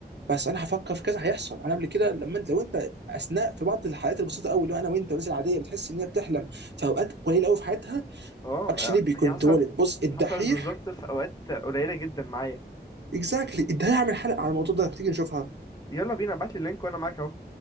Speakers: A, on the right; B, on the left.
A: بس انا هفكر في كذا هيحصل انا قبل كده لما انت لو انت اثناء في بعض الحالات البسيطه قوي اللي هو انا وانت والناس العاديه بتحس ان هي بتحلم في اوقات قليله قوي في حياتها
B: اه
A: اكشلي بيكونترول
B: هي حصلت
A: بص الدحيح
B: حصلت بالظبط في اوقات قليله جدا معايا
A: اكزاكتلي ده هعمل حلقه على الموضوع ده تيجي نشوفها
B: يلا بينا ابعت لي اللينك وانا معاك اهو